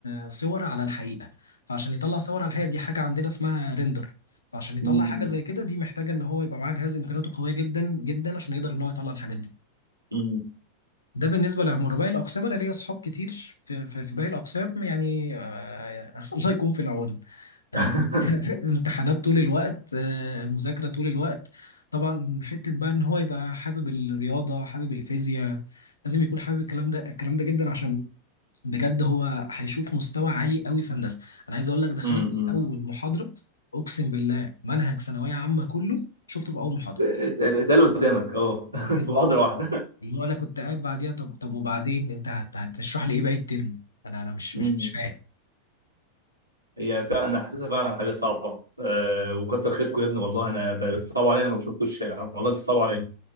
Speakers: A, on the left; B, on the right.
A: آه، صور على الحقيقه فعشان يطلع صور على الحقيقه دي حاجه عندنا اسمها ريندر فعشان يطلع
B: أمم،
A: حاجه زي كده دي محتاجه ان هو يبقى معاه جهاز امكانياته قويه جدا جدا عشان يقدر ان هو يطلع الحاجات دي
B: أمم،
A: ده بالنسبه للعماره باقي الاقسام انا ليا اصحاب كتير في في في باقي الاقسام يعني آه، <laughs> الله يكون في العون آه،
B: أمم.
A: <laughs> امتحانات طول الوقت آه، مذاكرة طول الوقت طبعا حتة بقى ان هو يبقى حابب الرياضة حابب الفيزياء لازم يكون حابب الكلام ده الكلام ده جدا عشان بجد هو هيشوف مستوى عالي قوي في هندسة انا عايز اقول لك دخلت
B: امم
A: اول محاضرة اقسم بالله منهج ثانوية عامة كله شفته في اول محاضرة
B: اتقال <laughs> قدامك اه <laughs>
A: بجد
B: في محاضره
A: اللي هو انا كنت قاعد بعديها طب طب وبعدين انت هت- هتشرح لي ايه باقي الترم انا انا مش
B: واحده
A: مش مش فاهم
B: هي فعلا انا حاسسها فعلا حاجه صعبه أه وكتر خيركم يا ابني والله انا بتصعبوا عليا لما بشوفكم الشارع والله بتصعبوا عليا